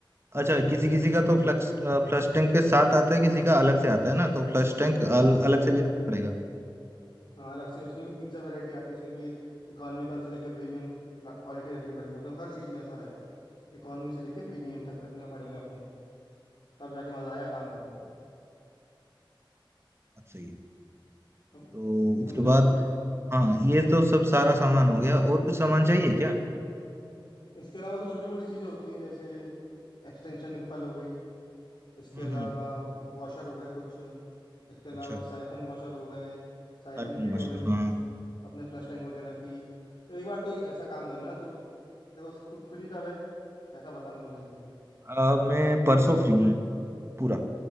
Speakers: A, on the right; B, on the left.
A: अच्छा किसी किसी का
B: हम्म
A: तो फ्लक्स फ्लश टैंक के साथ आता है किसी का अलग से आता है ना तो फ्लश टैंक अल,
B: हाँ भाई
A: अलग से भी रखना पड़ेगा
B: हाँ अलग से उसमें भी तीन चार वैरायटी आती है उसमें भी एक इकोनॉमिकल से लेकर प्रीमियम क्वालिटी रखनी पड़ेगी अपने को हर चीज़ में ऐसा रहेगा इकोनॉमी से लेकर प्रीमियम तक रखना पड़ेगा अपने को तब जाके मजा आएगा काम करने में
A: बात सही है
B: सम,
A: तो उसके
B: समझा
A: बाद हाँ ये तो सब सारा सामान हो गया और कुछ सामान चाहिए क्या
B: इसके अलावा भी छोटी मोटी चीजें होती हैं जैसे एक्सटेंशन निप्पल हो गई इसके
A: हम्म
B: अलावा
A: हम्म
B: वॉशर हो गए कुछ इसके अलावा
A: अच्छा
B: साइफन वॉशर हो गए साइफन
A: आईफोन
B: किट
A: मशहूर
B: हो गई
A: हाँ
B: अपने फ्लश टैंक वगैरह की तो एक बार तो ऐसा काम करना तू देखो तू फ्री कब है ऐसा बता मेरे को जल्दी से
A: अ, मैं परसों फ्री हूँ पूरा